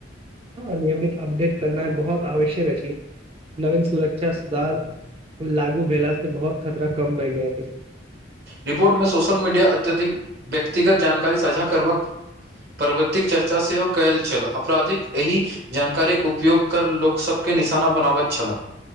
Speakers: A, on the right (about 30°); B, on the right (about 55°).
A: हँ नियमित अपडेट करना बहुत आवश्यक अछि नवीन सुरक्षा सुधार लागु भेला से बहुत खतरा कम बय जायत अछि
B: रिपोर्ट मे सोशल मीडिया अत्यधिक व्यक्तिगत जानकारी साझा करबाक प्रवृतिक चर्चा सेहो कयल छल अपराधिक एहि जानकारीक उपयोग कर लोकसभके निशाना बनाबैत छला